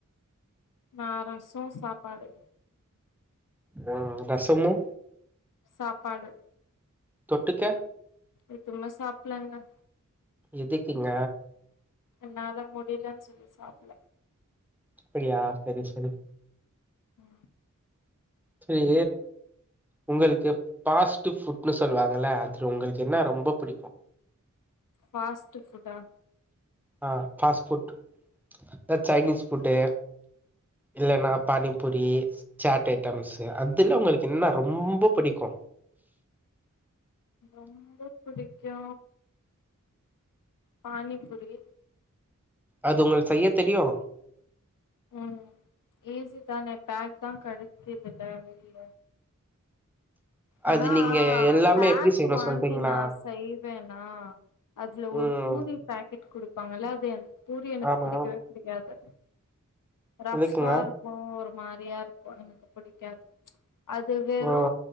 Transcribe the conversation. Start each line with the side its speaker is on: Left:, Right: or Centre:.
Left: நா ரசோ சாப்பாடு
Centre: ஆ ரசமு
Left: சாப்பாடு
Centre: தொட்டுக்க
Left: எதுமே சாப்லங்க
Centre: எதுக்குங்க
Left: என்னால முடிலன்னு சொல்லி சாப்ல
Centre: அப்டியா செரி செரி
Left: ம்
Centre: செர்ரி உங்களுக்கு பாஸ்ட் ஃபுட்ன்னு சொல்லுவாங்கல அதுல உங்களுக்கு என்னா ரொம்ப புடிக்கு
Left: ஃபாஸ்ட்டு ஃபுட்டா
Centre: ஆ ஃபாஸ்ட் ஃபுட் த ச்சைனீஸ் ஃபுட்டு இல்லனா பானிபூரி ச்சாட் ஐட்டம்ஸ்சு அதுல உங்களுக்கு என்ன ரொம்ப புடிக்கு
Left: ரொம்ப புடிக்கு பானிபுரி
Centre: அது உங்களுக் செய்ய தெரியு
Left: ம் ஈஸி தான பேக்தா கடக்கிதுல வெளில ஆனா
Centre: அது நீங்க
Left: ஆ
Centre: எல்லாமே
Left: பேக்
Centre: எப்டி செய்யணு
Left: வாங்கி
Centre: சொல்றீங்களா
Left: நா செய்வேனா அதுல ஒரு
Centre: ம்
Left: பூரி பேக் கிட் குடுப்பாங்கல்ல அது என் பூரி எனக்கு
Centre: ஆமா
Left: புடிக்கவே புடிக்காது ரஃபாருக்
Centre: இருக்குங்க
Left: மோ ஒரு மாரியா இருக்கு எனுக்குப் புடிக்காது அது வெறு
Centre: ஓ